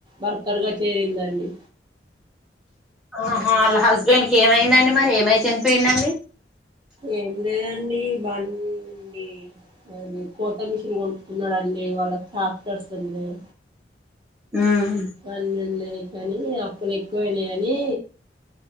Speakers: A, on the right (about 25°); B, in the centre.
A: వర్కర్గా చేరిందండి.
B: ఆహా ఆళ్ళ హస్బెండ్కి ఏమైందండి మరి ఏమై చనిపోయిండండి.
A: ఏం లేదండి బంన్ డి అది కోత మిషన్ కొనుకున్నడండి వాళ్ళకు ట్రాక్టర్స్ ఉన్నాయి.
B: ఉమ్
A: అన్నీ ఉన్నయి కానీ అప్పులు ఎక్కువయినయి అని